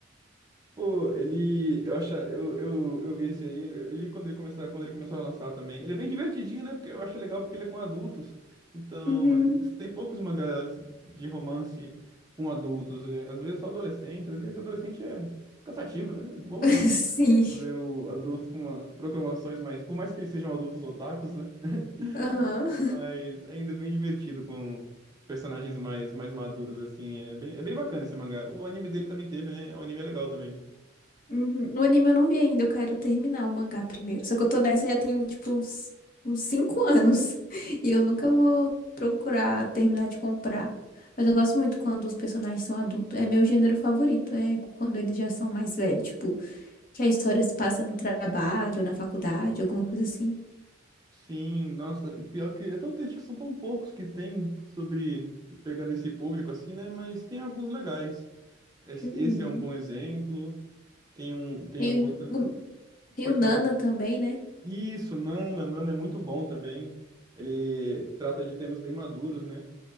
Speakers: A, on the right (about 20°); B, on the left (about 45°).
A: Pô, ele. Eu acho. Eu, eu, eu vi esse aí. eu- Ele, quando ele começou, quando ele começou a lançar também. Ele é bem divertidinho, né? Porque eu acho legal porque ele é com adultos. Então,
B: Uhum.
A: eles- tem poucos mangás de romance com adultos. é, Às vezes só adolescente. Às vezes adolescente é cansativo, né? É bom
B: <laughs>
A: ver, um,
B: Sim.
A: ver um adultos com uma- com proclamações mais. Por mais que eles sejam adultos otakus, né? <laughs>
B: Aham.
A: Mas ainda é bem divertido com personagens mais, mais maduros, assim. É bem, é bem bacana esse mangá. O anime dele também teve, né? O anime é legal também.
B: Uhum. O anime eu não vi ainda, eu quero terminar o mangá primeiro. Só que eu tô nessa já tem, tipo, uns, uns cinco <laughs> anos. E eu nunca vou procurar terminar de comprar. Mas eu gosto muito quando os personagens são adultos. É meu gênero favorito, é quando eles já são mais velhos. Tipo, que a história se passa no trabalho, na faculdade, alguma coisa assim.
A: Sim, nossa, e pior que é tão triste que são tão poucos que tem sobre pegando esse público assim, né? Mas tem alguns legais. Esse
B: Uhum.
A: esse é um bom exemplo. Tem um, tem
B: Tem,
A: um outro.
B: o- tem
A: Pode
B: o Nana
A: falar.
B: também, né?
A: Isso, Nana, Nana é muito bom também. Ele trata de temas bem maduros, né?